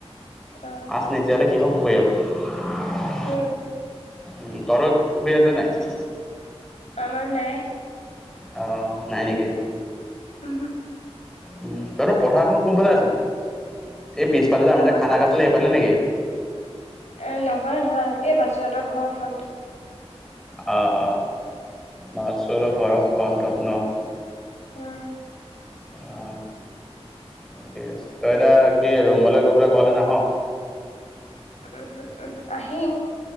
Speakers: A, on the left; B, in the centre.
A: অ
B: আছ নিজীয়ালে কিহৰ পুখুৰী আৰু।
A: উম।
B: উ তহঁতৰ পুখুৰী আছে নাই।
A: আমাৰ নাই।
B: আহ নাই নেকি?
A: উহু,
B: উম তহঁতৰ পথাৰখন কোনফালে আছে নো? এই পিছফালে আমি
A: আমাৰ
B: যে খানা খাইছিলে সেইফালে নেকি?
A: এ নহয় নহয় এই বাচোহঁতৰ ঘৰৰ ফ্ৰণ্টত।
B: অ অ বসু হেতৰ ঘৰৰ ফ্ৰন্টত ন।
A: উম।
B: অ ঠিকে আছে। তই এতিয়া কি ৰুমলৈ গ'বলৈ ঘৰলৈ নাহ?
A: উমহুঁ, উমহুঁ আহিম।